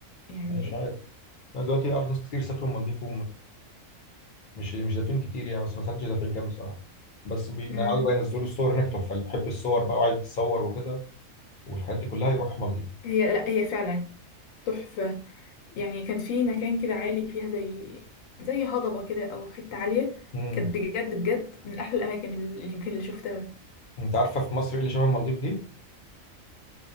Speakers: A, on the left; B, on the left.
A: يعني
B: أنا مش عارف أنا دلوقتي أعرف ناس كتير سافروا المالديف مش مش دافعين كتير يعني بس ما سالتش دافعين كام بصراحه بس بيقعدوا
A: مم.
B: بقى ينزلوا الصور هناك تحفه اللي بيحب الصور بقى وعايز يتصور وكده والحاجات دي كلها يروح مالديف
A: هي لا هي فعلا تحفة يعني كان في مكان كده عالي فيها زي زي هضبة كده أو حتة عالية
B: امم
A: كانت بجد بجد من أحلى الأماكن اللي يمكن اللي شفتها
B: انت عارفه في مصر ايه اللي شبه مالديف دي